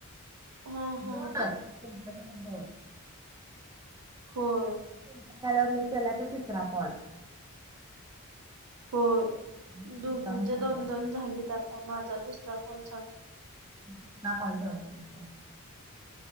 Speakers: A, on the right; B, on the right.
A: हा हा
B: दोनच? तुमच्या <unintelligible> दोन.
A: होय.
B: मग तुमचा झाल्यावर मी केला की, तिसरा कॉल.
A: होय.
B: मग चौथा
A: दोघींचे
B: मग पाचवा
A: दोन - दोन झालेत आता. माझा दुसरा कॉल चाल
B: <unintelligible> कॉल चालूय तुमचा.